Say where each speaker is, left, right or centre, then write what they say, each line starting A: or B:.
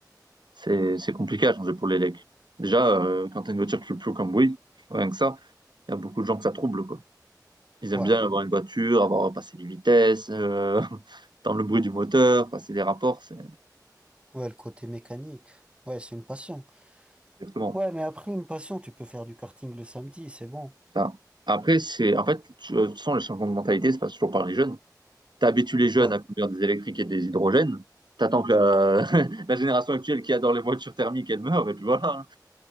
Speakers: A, on the right; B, on the right.
A: C'est, c'est compliqué à changer pour les Déjà, euh, quand t'as une voiture qui fait plus aucun bruit, rien que ça, il y a beaucoup de gens que ça trouble, quoi. Ils
B: Ouais.
A: aiment bien avoir une voiture, avoir passé les vitesses, euh, <laughs> entendre le bruit du moteur, passer des rapports, c'est
B: Ouais, le côté mécanique. Ouais, c'est une passion.
A: exactement
B: Ouais, mais après une passion, tu peux faire du karting le samedi, c'est bon.
A: ça. Après, c'est, en fait, tu- de toute façon, les changements de mentalité se passent toujours par les jeunes. tu habitues les jeunes
B: Ouais,
A: à conduire des électriques et des hydrogènes. T'attends que la... <laughs> la génération actuelle qui adore les voitures thermiques, elle meure, et puis voilà.